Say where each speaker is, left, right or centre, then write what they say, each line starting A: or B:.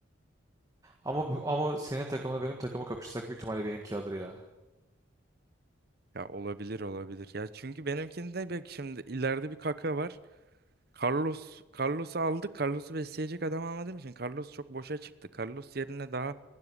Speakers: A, on the right; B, on the right.
A: Ama bu- ama senin takımla benim takımı kapışsak büyük ihtimalle benimki alır ya.
B: Ya olabilir olabilir. Ya çünkü benimkinde bir şimdi ileride bir kaka var. Carlos Carlos'u aldık. Carlos'u besleyecek adam almadığım için Carlos çok boşa çıktı. Carlos yerine daha